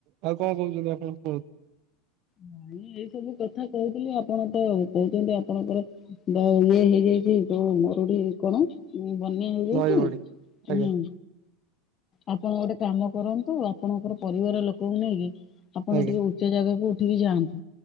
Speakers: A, on the right; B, on the left.
A: ଆଉ କଣ କହୁଛନ୍ତି ଆପଣ କୁହନ୍ତୁ?
B: ନାଇଁ, ଏଇ ସବୁ କଥା କହୁଥିଲି, ଆପଣ ତ କହୁଛନ୍ତି ଆପଣଙ୍କର ଯୋଉ ଇଏ ହେଇଯାଇଛି, ଯୋଉ ମରୁଡି କଣ ଉମ୍ ବନ୍ୟା ହେଇଯାଇଛି,
A: ନଈ ବଢି ଆଜ୍ଞା
B: ହୁଁ। ଆପଣ ଗୋଟେ କାମ କରନ୍ତୁ, ଆପଣଙ୍କର ପରିବାର ଲୋକଙ୍କୁ ନେଇକି ଆପଣ
A: ଆଜ୍ଞା
B: ଟିକେ ଉଚ୍ଚ ଜାଗାକୁ ଉଠିକି ଯାଆନ୍ତୁ,